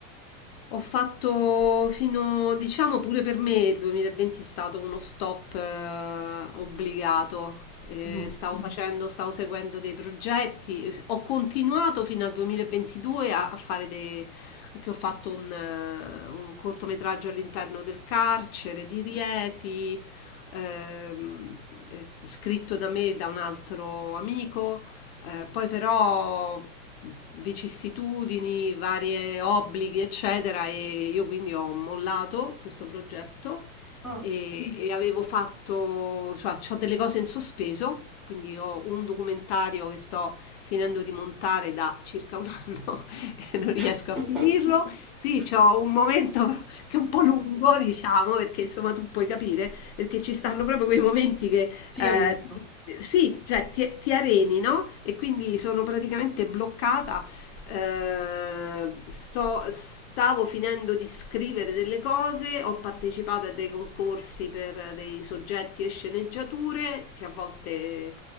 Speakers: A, on the left; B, in the centre.
A: ho fatto fino, diciamo pure per me il 2020 è stato uno stop eh, obbligato. Eh,
B: Mhm.
A: stavo Mm. facendo, stavo seguendo dei progetti, eh, s- ho continuato fino al 2022 a, a fare dei... che ho fatto un, eh, un cortometraggio all'interno del carcere di Rieti, ehm, eh, scritto da me e da un altro amico. Eh, poi però vicissitudini, varie obblighi, eccetera, e io quindi ho mollato questo progetto
B: Ah.
A: e, e avevo fatto, cioè, ho delle cose in sospeso. Quindi ho un documentario che sto finendo di montare da circa un anno <laughs> e non riesco
B: <laughs>
A: a finirlo. Sì, c'ho un momento che è un po' lungo, diciamo, perché insomma tu puoi capire, perché ci stanno proprio quei momenti che
B: Ti
A: eh,
B: capisco,
A: ti- sì, cioè ti, ti areni, no? E quindi sono praticamente bloccata. eh, sto- stavo finendo di scrivere delle cose, ho partecipato a dei concorsi per dei soggetti e sceneggiature che a volte